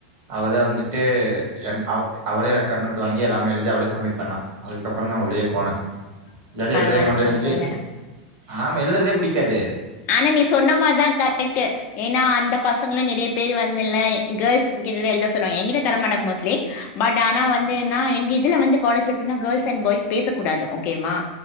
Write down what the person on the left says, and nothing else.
பரவால்ல
பரவால்ல
ஆனா நீ சொன்னமார்தா கரெக்ட்டு ஏன்னா அந்த பசங்கல நெறைய பேரு வந்துல்ல இ கேல்ஸ்க்ட்டலதா எழுத சொல்லுவாய்ங்க எங்கிட்ட தர மாட்டாங் மோஸ்ட்லி பட் ஆனா வந்து நா எங்க இதுல வந்து காலேஜ்ல எப்டின்னா கேல்ஸ் அண் பாய்ஸ் பேசக்கூடாது ஓகேமா